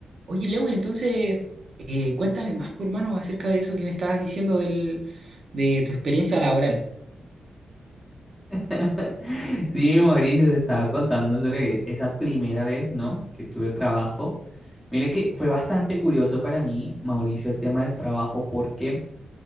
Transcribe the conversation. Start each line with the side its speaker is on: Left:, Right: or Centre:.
Right: Oye, Lewin, entonces eh, cuéntame más, por hermano, acerca de eso que me estabas diciendo del, de tu experiencia laboral.
Centre: <laughs> Sí, Mauricio, te estaba contando sobre esa primera vez, ¿no? Que tuve trabajo. Mire que fue bastante curioso para mí, Mauricio, el tema del trabajo, porque